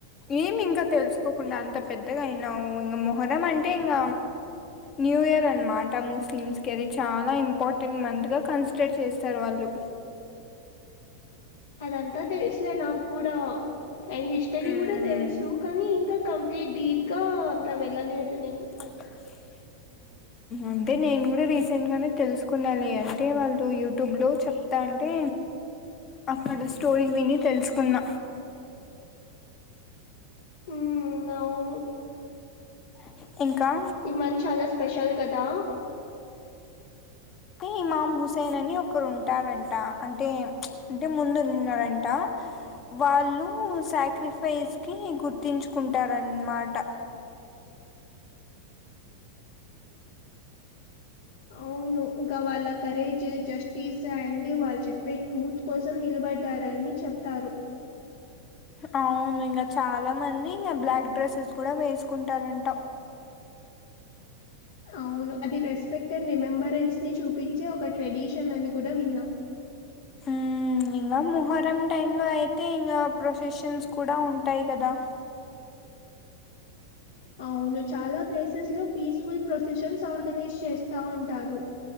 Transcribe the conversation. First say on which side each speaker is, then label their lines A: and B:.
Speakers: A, on the left; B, on the left.
A: ఏమి ఇంకా తెలుసుకోకుండా అంత పెద్దగా అయినావు ఇంకా మొహరం అంటే ఇంగ న్యూ ఇయర్ అనమాట ముస్లిమ్స్కి అది చాలా ఇంపార్టెంట్ మంత్గ కన్సిడర్ చేస్తారు వాళ్ళు
B: అదంతా తెలుసులే నాకు కూడా అండ్ హిస్టరీ
A: ఉమ్
B: కూడా తెలుసు కానీ ఇంకా కం ప్లీట్ డీప్ గా అంత వెళ్ళలేదు నేను
A: ఆ అంటే నేను కూడా రీసెంట్గానే తెలుసుకున్నాలే అంటే వాళ్ళు యూట్యూబ్ లో చెప్ ప్తాంటే అక్కడ స్టోరీ విని తెలుసుకున్న
B: ఉ అవును
A: అ <inaudible> ఇంకా
B: ఈ మంత్ చాలా స్పెషల్ కదా
A: ని ఇమాం హుస్సేన్ అని ఒకరు ఉంటారంట అంటే అంటే ముందున్నారంట వాళ్ళు సాక్రిఫైస్ కి గుర్తించుకుంటారన్నమాట
B: అవును ఇంకా వాళ్ళ కరేజ్ జస్టిస్ అండ్ వాళ్ళు చెప్పే ట్రూత్ కోసం నిలబడ్డారని చెప్ తారు
A: అవును ఇంకా చాలా మంది ఇంకా బ్లాక్ డ్రెస్సెస్ కూడా వేసుకుంటారంటా
B: అవును అది రెస్పెక్ట్ అండ్ రిమెంబరెన్స్ ని చూపించే ఒక ట్రెడిషన్ అని కూడా విన్నా
A: ఉమ్ ఇంగ మహరం టైంలో అయితే ఇంకా ప్రొసెషన్స్ కూడా ఉంటాయి కదా
B: అవును చాలా ప్లేసెస్ లో పీస్ఫుల్ ప్రొసెషన్స్ ఆర్గనైజ్ చేస్తా ఉంటారు